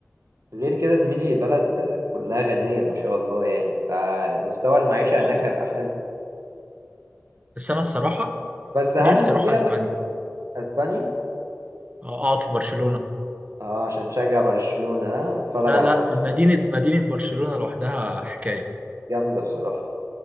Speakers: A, on the right; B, on the right.
A: غير كده زميلي بلد كلها غنية ما شاء الله يعني فمستوى المعيشة
B: اه
A: هناك هيبقى حلو
B: بس انا الصراحه
A: بس هل
B: نفسي اروح
A: ليها
B: اسبانيا
A: بقى اسبانيا
B: آه، اقعد في برشلونه
A: اه عشان تشجع برشلونة ها اتفرج
B: لا
A: على
B: لا
A: الماتشات
B: مدينه مدينه برشلونه لوحدها حكايه
A: جامدة بصراحة